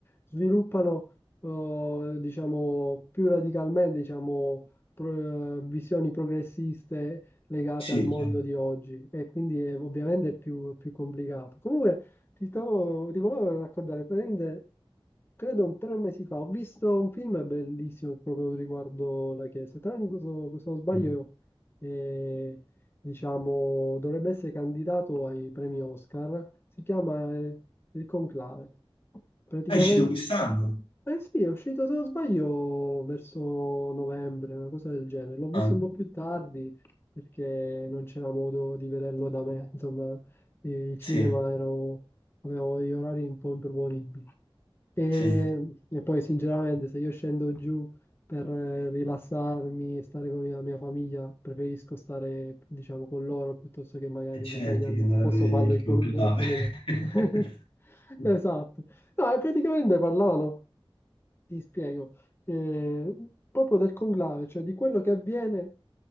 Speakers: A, on the left; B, on the left.
A: sviluppano, eh, diciamo, più radicalmente, diciamo, pro- visioni progressiste legate
B: sì.
A: al mondo
B: chiaro.
A: di oggi e quindi è ovviamente più, più complicato. Comunque, ti stavo, ti volevo raccontare, praticamente, credo un tre mesi fa, ho visto un film bellissimo proprio riguardo la Chiesa. Tra l'altro, se se non sbaglio,
B: Sì.
A: eh, diciamo, dovrebbe essere candidato ai premi Oscar. Si chiama, eh, Il Conclave. Praticamente,
B: Ah, È uscito quest'anno?
A: eh sì, è uscito, se non sbaglio, verso novembre, una cosa del genere. L'ho visto
B: Ah,
A: un po' più tardi perché non c'era modo di vederlo da me, insomma il cinema
B: sì,
A: ero avevo degli orari un po' improponibili. E,
B: sì.
A: e poi sinceramente se io scendo giù per eh, rilassarmi e stare con la mia famiglia, preferisco stare, diciamo, con loro piuttosto che magari
B: E certo
A: ritagliarmi.
B: che andare
A: Posso
B: a vedere
A: farlo
B: il
A: in
B: conclave.
A: qualunque altro momento.
B: <laughs>
A: <laughs> Esatto. No, e praticamente parlavano ti spiego, eh, proprio del conclave, cioè di quello che avviene